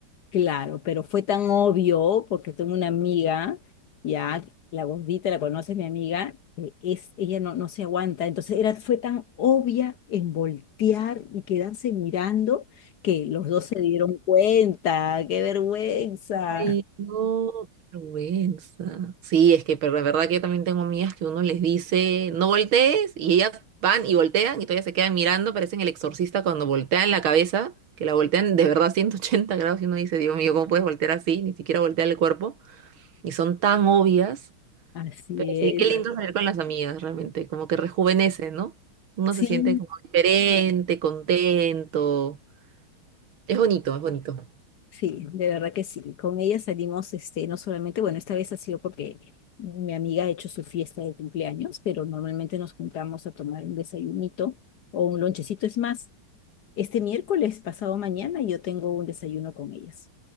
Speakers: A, on the left; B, on the right.
A: Claro, pero fue tan obvio porque tengo una amiga, ya la gordita la conoce mi amiga, que es ella no, no se aguanta, entonces era fue tan obvia en voltear y quedarse mirando que los dos se dieron cuenta, qué vergüenza.
B: Ay, no, qué vergüenza. Sí, es que pero de verdad que yo también tengo amigas que uno les dice, no voltees, y ellas van y voltean y todavía se quedan mirando, parecen el exorcista cuando voltean la cabeza, que la voltean de verdad 180 grados y uno dice, Dios mío, ¿cómo puedes voltear así? Ni siquiera voltear el cuerpo. Y son tan obvias,
A: <laughs> Así
B: pero sí, qué
A: es.
B: lindo salir con las amigas, realmente, como que rejuvenece, ¿no? Uno se
A: Sí,
B: siente como diferente, contento. Es bonito, es bonito.
A: Sí, de verdad que sí. Con ella salimos, este, no solamente, bueno, esta vez ha sido porque mi amiga ha hecho su fiesta de cumpleaños, pero normalmente nos juntamos a tomar un desayunito o un lonchecito. Es más, este miércoles, pasado mañana, yo tengo un desayuno con ellas